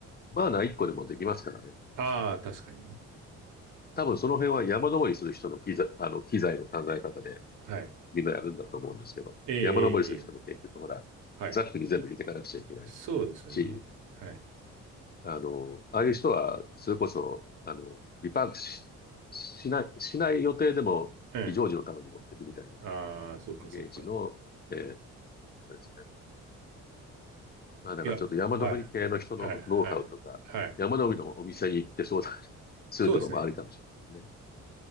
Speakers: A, on the left; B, on the right.
A: バーナー1個でもできますからね。
B: ああ、確かに。
A: 多分その辺は山登りする人の機材、あの、機材の考え方で
B: はい。
A: みんなやるんだと思うんですけど、
B: ええ、ええ、
A: 山登りする人も結局ほら、
B: ええはい。
A: ザックに全部入れていかなくちゃいけない
B: そうですよね。
A: し、
B: はい。
A: あの、ああいう人は、それこそ、あの、リパークし、しない、しない予定でも非常時のために持っていくみたいな
B: うん。ああ、そっか、
A: イメージの、
B: そっか。
A: えーですねまあなんかちょっと山登り系の人のノウハウとか、
B: いや、はい。はい、はい、はい。
A: 山登りのお店に行って相談 <laughs> するとかもありかもしれないで
B: そうですね。